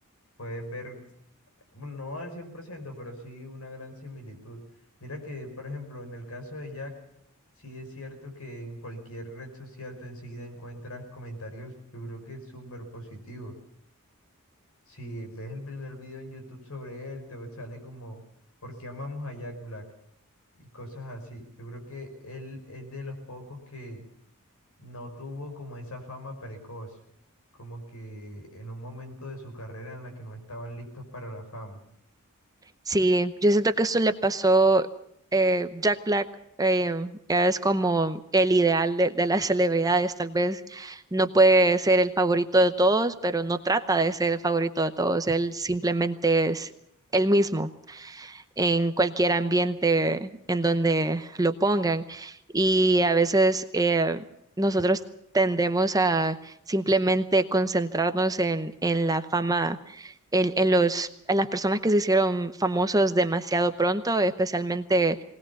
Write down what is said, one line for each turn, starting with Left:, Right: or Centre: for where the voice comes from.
Left: puedes ver Bueno, No al 100% pero sí una gran similitud. Mira que, por ejemplo, en el caso de Jack, sí es cierto que en cualquier red social tú enseguida encuentras comentarios, yo creo que súper positivos. Si ves el primer video en YouTube sobre él, te sale como, ¿por qué amamos a Jack Black? Y cosas así. Yo creo que él es de los pocos que no tuvo como esa fama precoz, como que en un momento de su carrera en la que no estaban listos para la fama.
Right: Sí, yo siento que eso le pasó, eh, Jack Black eh, es como el ideal de, de las celebridades, tal vez no puede ser el favorito de todos, pero no trata de ser el favorito de todos, él simplemente es el mismo en cualquier ambiente en donde lo pongan. Y a veces eh, nosotros tendemos a simplemente concentrarnos en, en la fama, en, en los, en las personas que se hicieron famosos demasiado pronto, especialmente